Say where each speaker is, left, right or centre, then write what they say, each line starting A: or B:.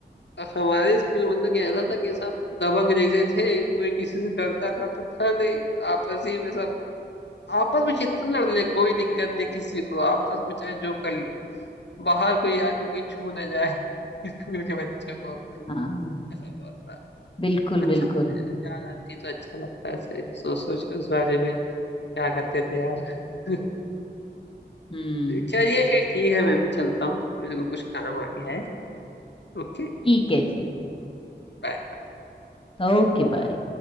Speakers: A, on the left (about 70°); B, on the left (about 30°).
A: हमारे स्कूल में मतलब कि ऐसा था कि सब दबंग जैसे थे कोई किसी से डरता डरता था नहीं आपस ही में सब आपस में जितना लड़ ले कोई दिक्कत नहीं किसी को आपस में चाहे जो कर लो बाहर कोई आके कोई छू ना जाए स्कूल के बच्चों को
B: हाँ
A: ऐसा बहुत था
B: बिल्कुल
A: अच्छा
B: बिल्कुल
A: याद आती है तो अच्छा लगता है ऐसे सोच सोच के उस बारे में क्या करते थे यार <laughs>
B: हम्म
A: चलिए फिर ठीक है मैं भी चलता हूँ मेरे को कुछ काम आ गया है Okay
B: ठीक है जी
A: bye
B: Okay bye